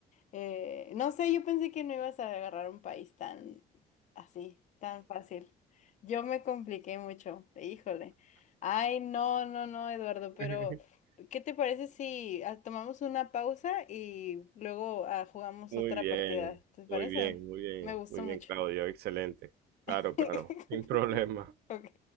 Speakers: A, on the left; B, on the right.
A: Eh, no sé, yo pensé que no ibas a agarrar un país tan así, tan fácil. Yo me compliqué mucho, híjole. Ay, no, no, no, Eduardo,
B: <laughs>
A: pero ¿qué te parece si ah, tomamos una pausa y luego ah, jugamos
B: Muy
A: otra
B: bien,
A: partida? ¿Te parece?
B: muy bien, muy bien,
A: Me gustó
B: muy bien,
A: mucho.
B: Claudio, excelente. Claro,
A: <laughs>
B: claro, sin problema.
A: Ok.